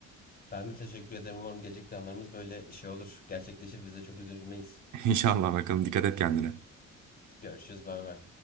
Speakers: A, on the left; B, on the right.
A: Ben de teşekkür ederim. Umarım gelecek planlarımız böyle şey olur. Gerçekleşir. Biz de çok üzülmeyiz.
B: <laughs> İnşallah bakalım. Dikkat et kendine.
A: Görüşürüz. Bay bay.